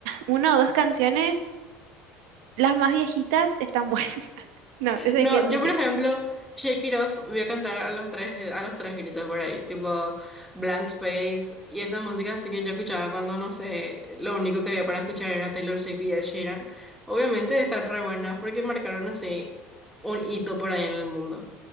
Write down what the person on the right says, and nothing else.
una o dos canciones, las más viejitas, están buenas. <laughs> No, eso
hay que admitir.